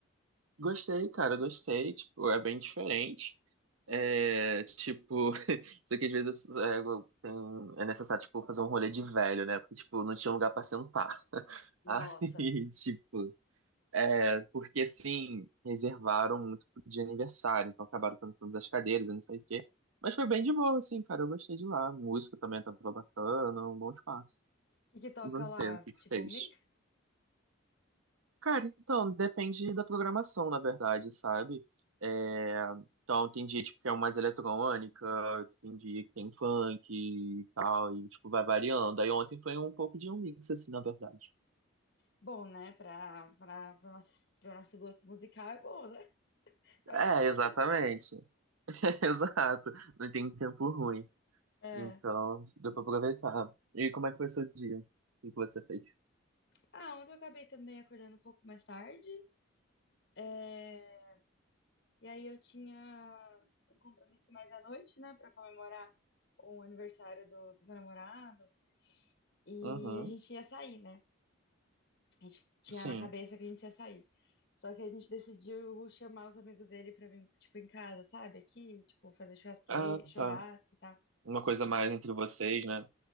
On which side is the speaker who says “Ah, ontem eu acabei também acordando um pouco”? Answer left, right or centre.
Left